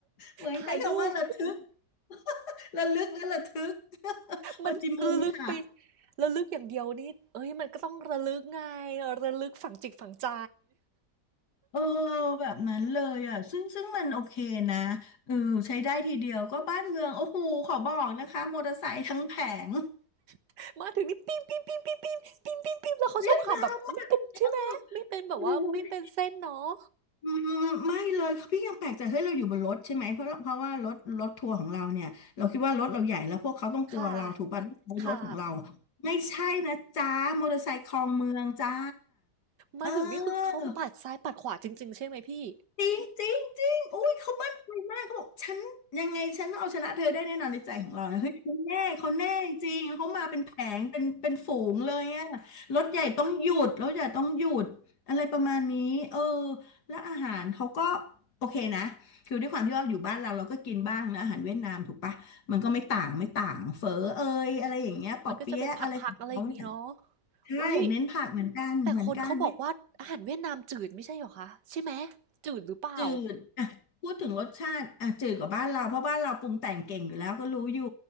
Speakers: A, on the left; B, on the right.
A: เหมือนใช้คำว่าระทึก
B: ถ่ายรูป
A: <laughs> ระลึกและระทึกโฮจิมินห์ค่ะ
B: มันระลึกไประลึกอย่างเดียวนี่เอ้ยมันก็ต้องระลึกไงระลึกฝังจิตฝังใจ
A: เออแบบนั้นเลยอ่ะซึ่งซึ่งมันโอเคนะเออใช้ได้ทีเดียวก็บ้านเมืองโอ้โหขอบอกนะคะมอเตอร์ไซค์ทั้งแผง
B: <laughs> มาถึงนี่ปิ้มปิ้มปิ้มปิ้มปิ้มปิ้มปิ้มปิ้มแล้วเขาชอบขับแบบไม่เป็นใช่ไหมไม่เป็นแบบว่าไม่เป็นเส้นเนาะ
A: เวียดนามเอ่เอออืมไม่เลยพี่ยังแปลกใจเฮ้ยเราอยู่บนรถใช่ไหมเพราะเพราะว่ารถรถทัวร์ของเราเนี่ยเราคิดว่ารถเราใหญ่แล้วพวกเขาต้องกลัวเราถูกป่ะไม่ใช่รถของเรา
B: ค่ะค่ะ
A: ไม่ใช่นะจ้ามอเตอร์ไซค์คลองเมืองจ้า
B: มาถึงนี่คือเขาปัดซ้ายปัดขวาจริงๆใช่ไหมพี่
A: เออ จริงจริงจริงอุ้ยเขามั่นใจมากเขาบอกฉันยังไงฉันต้องเอาชนะเธอได้แน่นอนในใจของเรานะเฮ้ยเขาแน่เขาแน่จริงเขามาเป็นแผงเป็นเป็นฝูงเลยอะรถใหญ่ต้องหยุดรถใหญ่ต้องหยุดอะไรประมาณนี้เออและอาหารเขาก็โอเคนะคือด้วยความที่ว่าอยู่บ้านเราเราก็กินบ้างนะอาหารเวียดนามถูกปะมันก็ไม่ต่างไม่ต่างเฝอเอยอะไรอย่างเงี้ยปอเปี๊ยะอะไรของเขาเนี่ย
B: มันก็จะเป็นผักๆอะไรอย่างงี้เนาะ
A: ใช่เน้นผักเหมือนกันเหมือนกันไม่
B: เอ้ยแต่คนเขาบอกว่าอาหารเวียดนามจืดไม่ใช่เหรอคะใช่ไหมจืดหรือเปล่า
A: จืดอ่ะพูดถึงรสชาติอ่ะจืดกว่าบ้านเราเพราะบ้านเราปรุงแต่งเก่งอยู่แล้วก็รู้อยู่